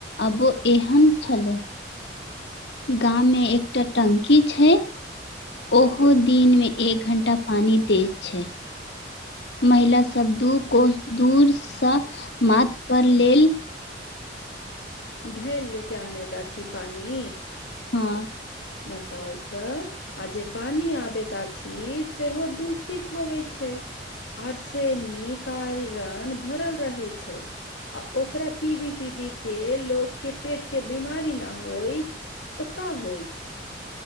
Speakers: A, on the left; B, on the left.
A: अबो एहन छले गाम मे एकटा टंकी छै ओहो दिनमे एक घण्टा पानि दैत छै महिला सब दू को दूरसँ माथ पर लेल
B: घेले लऽ के आनैतैत अछी पानि
A: हँ
B: बताउ तऽ आ जे पानी आबैत आछी सेहो दूषित होबै छै आर से निकन आयरण भरल रहे छै आ ओकरा पीबी पीबी के लोक के पेट के बीमारी न होइ त का होइ छै